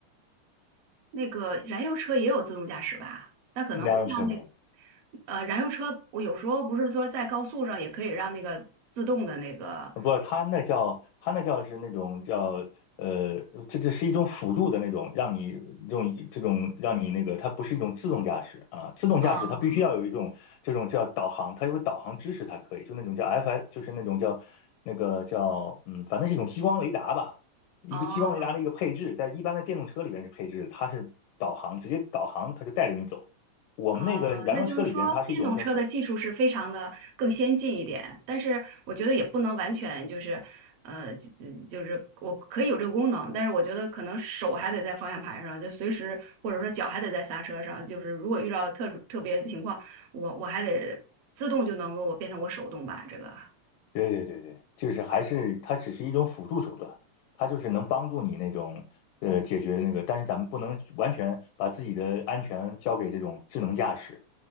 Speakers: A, on the right; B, on the left.
A: 那个燃油车也有自动驾驶吧？但可能不像那，
B: 燃油车没有。
A: 呃，燃油车，我有时候不是说在高速上也可以让那个自动的那个，
B: 不，它那叫它那叫是那种叫呃，这这是一种辅助的那种，让你用这种让你那个，它不是一种自动驾驶啊。自动驾驶它必须要有一种这种叫导航，
A: 哦
B: 它有导航支持才可以，就那种叫 FS，就是那种叫那个叫嗯，反正是一种激光雷达吧，一个激光雷达的一个配置，
A: 哦，
B: 在一般的电动车里边是配置它是导航，直接导航它就带着你走。我们那个燃油车里边，
A: 啊，那就是说，
B: 它是一种叫
A: 电动车的技术是非常的更先进一点，但是我觉得也不能完全就是，呃，就就就是我可以有这个功能，但是我觉得可能手还得在方向盘上，就随时或者说脚还得在刹车上，就是如果遇到特殊特别的情况，我我还得自动就能够我变成我手动吧，这个。
B: 对对对对，就是还是它只是一种辅助手段，它就是能帮助你那种呃解决那个，但是咱们不能完全把自己的安全交给这种智能驾驶。